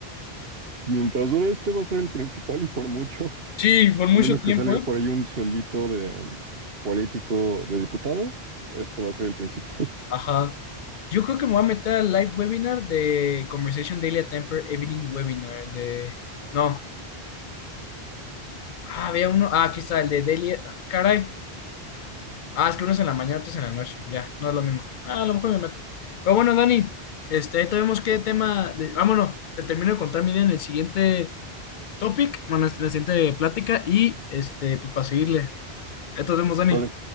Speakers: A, on the right; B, on the left.
A: Mientras dure este va a ser el principal y por mucho.
B: Sí, por mucho
A: A menos
B: tiempo,
A: que salga
B: ¿eh?
A: por ahí un suelito de político, de diputado, este va a ser el principal. <laughs>
B: Ajá. Yo creo que me voy a meter al live webinar de Conversation Daily at Temper Evening Webinar. el de... No. Ah, había uno. Ah, aquí está, el de Daily. ah, Caray. Ah, es que uno es en la mañana, otro es en la noche. Ya, no es lo mismo. Ah, a lo mejor me meto. Pero bueno, Dani, este, ahorita vemos qué tema. le- Vámonos. Te termino de contar mi idea en el siguiente topic, bueno, en la siguiente plática y este, pues para seguirle. Ahí nos vemos, Dani.
A: Vale.